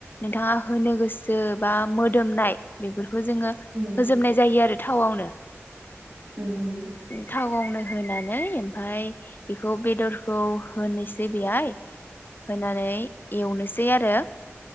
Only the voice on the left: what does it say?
नोंथाङा होनो गोसो बा मोदोमनाय बेफोरखौ जोङो
होजोबनाय जायो आरो थावआवनो
थावावनो होनानै ओमफ्राय बेखौ बेदरखौ होनोसै बेहाय होनानै एवनो सै आरो